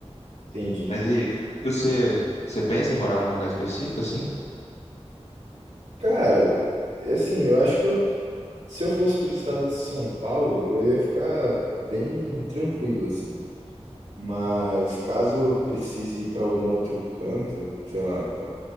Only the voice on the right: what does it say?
entendi.
Cara, assim, eu acho que eu- se eu fosse pro estado de São Paulo, eu ia ficar bem tranquilo, assim. Mas caso precise ir para algum outro canto, sei lá,